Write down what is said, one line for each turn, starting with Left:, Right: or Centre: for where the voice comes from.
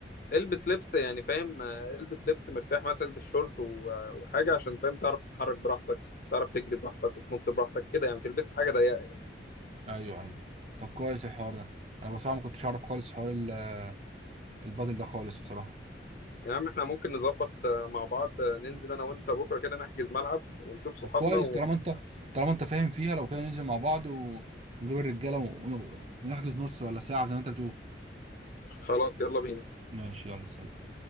Left: البس لبس يعني فاهم البس لبس مرتاح مثلا البس شورت و- وحاجة عشان فاهم تعرف تتحرك براحتك تعرف تجري براحتك وتنط براحتك كده يعني ما تلبس حاجة ضيقة يعني
Right: ايوه ايوه طب كويس الحوار ده انا بصراحه ما كنتش اعرف خالص حوار ال- البادل ده خالص بصراحه
Left: يا عم احنا ممكن نظبط مع بعض ننزل انا وانت بكرة كده نحجز ملعب ونشوف صحابنا
Right: طب كويس طالما انت طالما انت فاهم فيها لو كده ننزل مع بعض و- ونجيب الرجاله و- ونحجز نص ولا ساعه زي ما انت بتقول
Left: وخلاص يلا بينا
Right: ماشي يلا سلام